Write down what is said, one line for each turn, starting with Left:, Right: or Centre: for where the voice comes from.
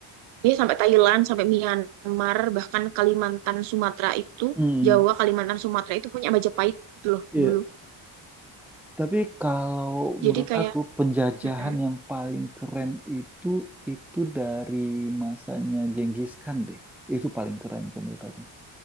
Right: Dia sampai Thailand, sampai Myanmar, bahkan Kalimantan, Sumatera itu,
Centre: mm,
Right: Jawa, Kalimantan, Sumatera itu punya Majapahit loh
Centre: iya.
Right: dulu.
Centre: Tapi kalau
Right: Jadi
Centre: menurut
Right: kayak
Centre: aku penjajahan
Right: mm-mm.
Centre: yang paling keren itu itu dari masanya Genghis Khan deh. Itu paling keren kalau menurut aku.